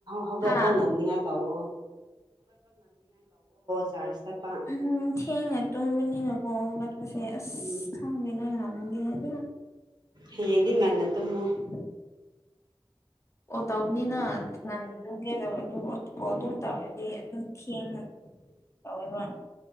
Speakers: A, on the right; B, on the left.
A: ꯍꯧꯒꯠꯄ
B: ꯍꯥ
A: ꯉꯝꯅꯤꯡꯉꯥꯏ ꯇꯋ ꯆꯥꯔꯖ ꯆꯠꯄ
B: ꯎꯝ ꯊꯦꯡꯅ ꯇꯨꯝꯕꯅꯤꯅ ꯀꯣ ꯆꯁꯦ ꯑꯁ
A: ꯎꯝ
B: ꯊꯥꯡꯗꯤꯅꯅꯥꯉ ꯅꯗꯤꯅꯦ ꯑꯗꯨ
A: ꯍꯌꯦꯡꯗꯤ ꯉꯟꯅ ꯇꯨꯝꯃꯨ
B: <inaudible> ꯑꯣ ꯇꯧꯕꯅꯤꯅ ꯅꯥꯟ ꯆꯪꯒꯦ ꯀꯣ ꯑꯗꯨꯝ ꯇꯧꯔꯗꯤ ꯑꯗꯨꯝ ꯊꯦꯡꯅ ꯇꯧꯋꯦꯕ